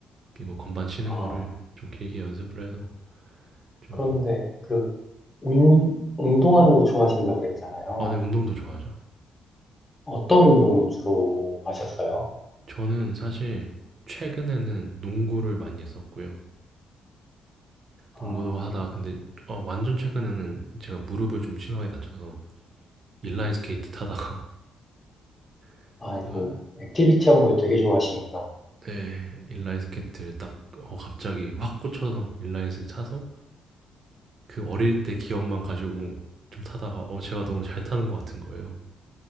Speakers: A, on the right; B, on the left.
A: 이거 건반 치는
B: 아,
A: 거를 좀 길게 연습을 해서 좀,
B: 그런데 그 운, 운동하는 거 좋아하신다고 그랬잖아요.
A: 아, 네, 운동도 좋아하죠.
B: 어떤 운동을 주로 하셨어요?
A: 저는 사실 최근에는 농구를 많이 했었고요.
B: 아,
A: 농구도 하다가 근데 어, 완전 최근에는 제가 무릎을 좀 심하게 다쳐서 인라인 스케이트 타다가 <laughs>
B: 아이고,
A: 제가
B: 액티비티 한 걸 되게 좋아하시는구나.
A: 네, 인라인 스케이트를 딱 어, 갑자기 확 꽂혀서 인라인 스케이트 타서 그 어릴 때 기억만 가지고 좀 타다가 어 제가 너무 잘 타는 것 같은 거예요.